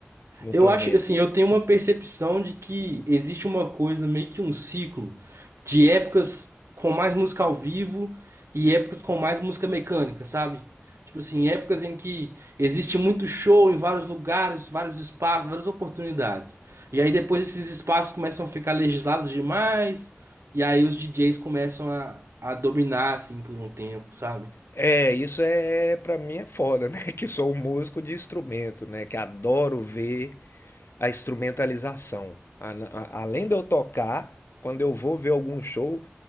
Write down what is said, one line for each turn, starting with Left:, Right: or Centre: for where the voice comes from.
Left: no
Right: Eu
Left: planeta.
Right: acho, assim, eu tenho uma percepção de que existe uma coisa, meio que um ciclo, de épocas com mais música ao vivo e épocas com mais música mecânica, sabe? Tipo assim, épocas em que existe muito show em vários lugares, vários espaços, várias oportunidades. E aí depois esses espaços começam a ficar legislados demais, e aí os DJs começam a, a dominar, assim, por um tempo, sabe?
Left: É, isso é pra mim é foda, né? <laughs> Que sou um músico de instrumento, né? Que adoro ver a instrumentalização. A- a- Além de eu tocar, quando eu vou ver algum show,